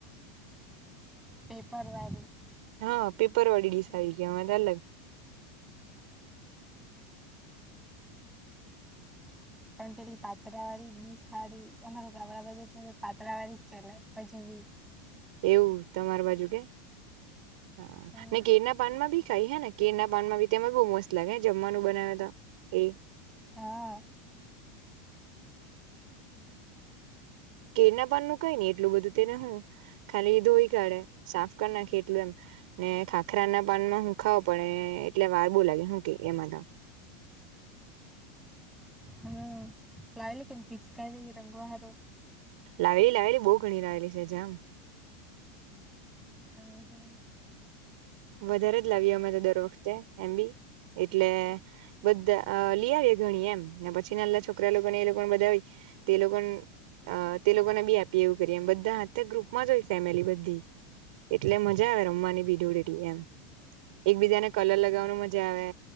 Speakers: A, in the centre; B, on the right (about 55°).
A: પેપરવારી
B: હા પેપર વાળી ડીશ આવી ગઈ હવે અલગ
A: પણ પેલી પાત્રા વાળી ડીસ હારી અમારા ગામડા બજુ પાત્રા વાળી ચલે હજી ભી. ડિસ.
B: એવું તમારા બાજુ કે. હા
A: હમ
B: ને કેર ના પાનમાં ભી ખાય હે ને કેર ના પાનમાં ભી તેમાં બહુ મસ્ત. લાાગે જમવાનું બનાવ તો એ.
A: હા
B: કેર ના પાનનું કઈ નહી એટલું બધું તેને હું ખાલી ધોઈ કાઢે સાફ કરી નાખી એટલું એમ. ને ખાખરા ના પાનમાં હું ખાવો પડે એટલે વાર બહુ લાગે શું કે એમાં તો. <inaudible>
A: હમ્મ લાવેલી કે પીચકારી રંગવા હારુ
B: લાવેલી લાવેલી બહુ ઘણી લાવેલી છે જામ.
A: હા હું
B: વધારે જ લાવીએ અમે તો દર વખતે એમ બી એટલે બધા લી આવએ ઘણી એમ ને પછી નાના છોકરા લોકો ને એ લોકો બધા તે લોક પણ અ તે લોકોને બી આપીએ એવું કરીએમ બધા હાથે ગ્રુપમાં જ હોય ફેમિલી બધી એટલે મજા આવે રમવાની બી ધુંડેટી એમ એકબીજાને કલર લગાવવાનું મજા આવે